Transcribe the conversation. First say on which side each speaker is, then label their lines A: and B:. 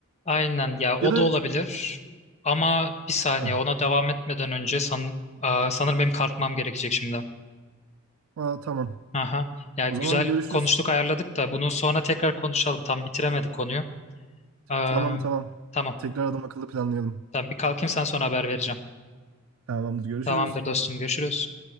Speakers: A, on the left; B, on the right.
A: Aynen ya o
B: Ya da
A: da olabilir. Ama bir saniye
B: ha,
A: ona devam etmeden önce san, aa, sanırım benim kalkmam gerekecek şimdi.
B: aa, tamam.
A: Aha. Ya
B: O
A: güzel
B: zaman görüşürüz.
A: konuştuk ayarladık da bunu sonra tekrar konuşalım. Tam bitiremedik konuyu. Ee,
B: Tamam tamam.
A: tamam.
B: Tekrar adam akıllı planlayalım.
A: Tamam bir kalkayım sen sonra haber vereceğim.
B: Tamamdır görüşürüz.
A: Tamamdır dostum görüşürüz.